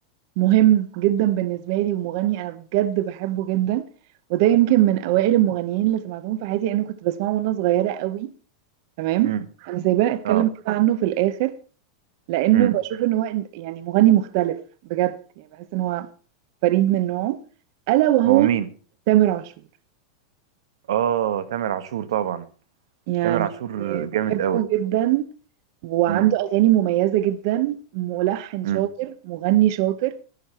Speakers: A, on the right; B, on the right.
A: مهم جدا بالنسبة لي ومغني أنا بجد بحبه جدا وده يمكن من أوائل المغنيين اللي سمعتهم في حياتي لأنه كنت بسمعه وأنا صغيرة قوي تمام
B: امم
A: أنا سايباه أتكلم
B: اه
A: كده عنه في الآخر لأنه
B: امم
A: بشوف إن هو يعني مغني مختلف بجد يعني بحس إن هو فريد من نوعه ألا وهو
B: هو مين
A: تامر عاشور
B: اه تامر عاشور طبعا
A: يعني
B: تامر عاشور
A: بحبه
B: جامد قوي
A: جدا وعنده
B: امم
A: أغاني مميزة جدا ملحن شاطر
B: امم
A: مغني شاطر